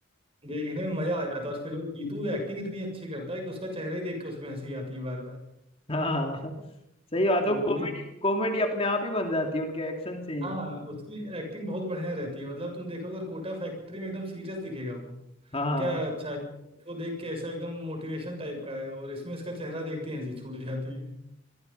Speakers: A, on the right (about 30°); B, on the left (about 30°).
A: देखने में मजा आ जाता है और फिर वो जीतू एक्टिंग इतनी अच्छी करता है कि उसका चेहरा ही देख के उसमें हंसी आती है बार बार
B: हाँ सही बात
A: तो
B: है
A: वो
B: कॉमेडी
A: भी
B: कॉमेडी अपने आप ही बन जाती है उनके एक्शन से ही
A: हाँ उसकी एक्टिंग बहुत बढ़िया रहती है मतलब तुम देखोगे और कोटा फैक्ट्री में एकदम सीरियस दिखेगा वो
B: हाँ
A: क्या अच्छा है उसको देख के ऐसा एकदम मोटिवेशन टाइप का आएगा और इसमें इसका चेहरा देखते ही हंसी छूट जाती है